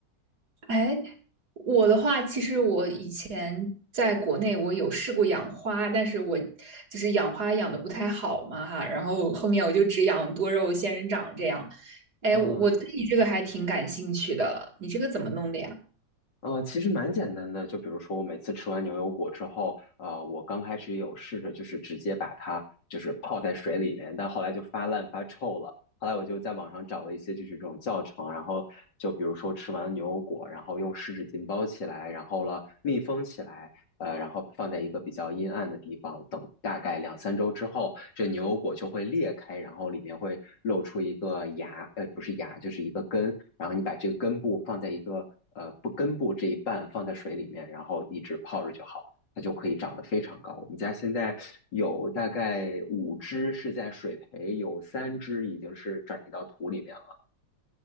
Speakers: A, on the right; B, on the left.
A: 哎，我的话，其实我以前在国内我有试过养花，但是我就是养花养的不太好嘛哈，然后后面我就只养多肉仙人掌这样。哎，
B: 啊？
A: 我对你这个还挺感兴趣的，你这个怎么弄的呀？
B: 呃，其实蛮简单的，就比如说我每次吃完牛油果之后，呃，我刚开始也有试着就是直接把它就是泡在水里面，但后来就发烂发臭了。后来我就在网上找了一些就是这种教程，然后就比如说吃完牛油果，然后用湿纸巾包起来，然后了密封起来，呃，然后放在一个比较阴暗的地方，等大概两三周之后，这牛油果就会裂开，然后里面会露出一个芽，呃，不是芽，就是一个根。然后你把这个根部放在一个呃不根部这一半放在水里面，然后一直泡着就好，它就可以长得非常高。我们家现在有大概五只是在水培，有三只已经是转移到土里面了。